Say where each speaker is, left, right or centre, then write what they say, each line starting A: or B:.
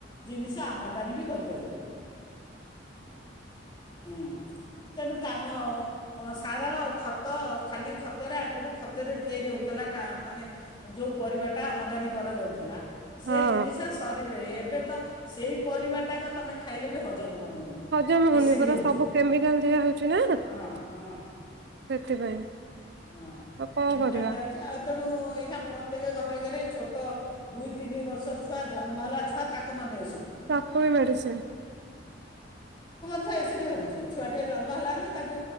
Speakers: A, on the left (about 25°); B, on the right (about 60°).
A: ଜିନିଷ ଆମଦାନୀ ବି କରିପାରିବନି। ହଁ ତେଣୁ କାମ ସାର, ଖତ ଖାଲି ଖତରେ ଆଗରୁ ଖତରେ ତିଆରି ହେଉଥିଲା କା ମାନେ ଯେଉ ପରିବାଟା ଆମଦାନୀ କରାଯାଉଥିଲା ସେ
B: ହଁ
A: ଜିନିଷ ଶରୀ ଏବେ ତ ସେଇ ପରିବାଟାକ ତମେ ଖାଇଲେ ବି ହଜମ ହେଉନି
B: ହଜମ ହଉନି
A: ଏସିଡ଼୍
B: ପରା
A: ହେଉଛି
B: ସବୁ କେମିକାଲ ଦିଆ ହଉଛି ନା ସେଥିପାଇଁ।
A: ହଁ ହଁ ହଁ
B: ଆଉ କଣ
A: କେମିକାଲ
B: କରିବା
A: ଦଉଛି ଆଉ ତେଣୁ ଏଇଖାଁ ପ୍ରତ୍ୟକ ଗ ଘ ଘରେ ଛୋଟ ଦୁଇ ତିନି ବର୍ଷର ଛୁଆ ଜନ୍ମ ହେଲା ଛୁଆ ତାକୁ ମନେ
B: ତାଖ ବି ମଡିସ।
A: ଏ ସେଠି ହଉଛି ଛୁଆ ଟେ ଜନ୍ମ ହେଲା ତାକୁ